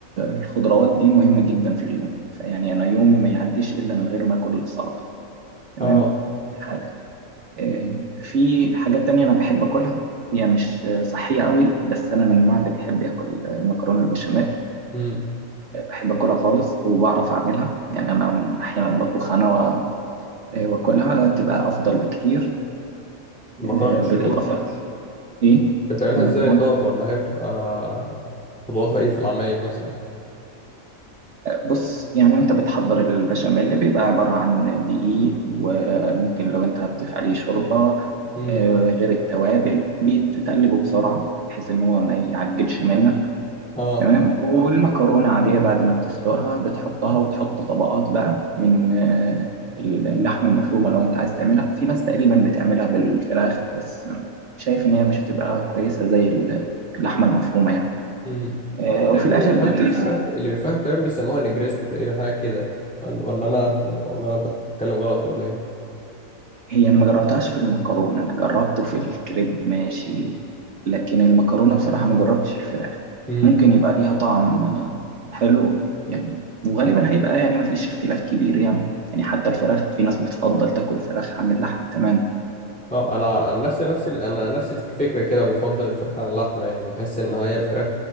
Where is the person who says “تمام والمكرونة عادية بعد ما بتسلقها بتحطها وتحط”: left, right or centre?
Right